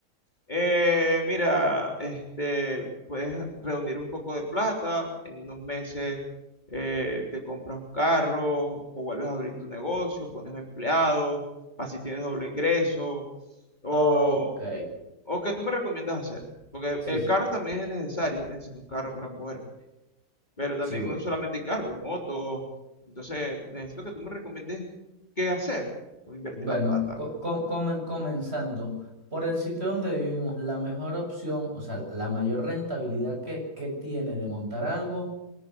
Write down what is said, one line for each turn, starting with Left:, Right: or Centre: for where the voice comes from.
Left: eh, mira, este, puedes reunir un poco de plata, en unos meses eh, te compras un carro o vuelves a abrir tu negocio, pones empleados, así tienes doble ingreso, o,
Right: Ok,
Left: o que tú me recomiendas hacer, porque
Right: sí,
Left: el
Right: sí.
Left: carro también es necesario, necesito un carro para moverme, pero también
Right: Sí, bueno.
Left: no solamente hay carro, hay motos, entonces necesito que tú me recomiendes qué hacer, o invertir
Right: Bueno,
Left: la plata.
Right: co- co- come- comenzando por el sitio donde vivimos, la mejor opción, o sea, la mayor rentabilidad que, que tiene de montar algo,